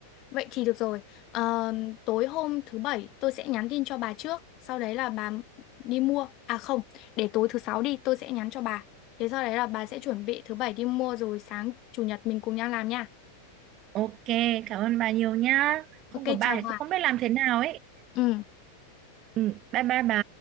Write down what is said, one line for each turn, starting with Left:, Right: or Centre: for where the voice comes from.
Left: vậy thì được rồi. Ờ, tối hôm thứ bảy tôi sẽ nhắn tin cho bà trước, sau đấy là bà đi mua. À không, để tối thứ sáu đi, tôi sẽ nhắn cho bà. Thế sau đấy là bà sẽ chuẩn bị thứ bảy đi mua rồi sáng chủ nhật mình cùng nhau làm nha.
Right: Ok, cảm ơn bà nhiều nhá. Không
Left: Ok,
Right: có bà
Left: chào
Right: thì
Left: bà.
Right: tôi không biết làm thế nào ấy.
Left: Ừ.
Right: Ừ, bye bye bà.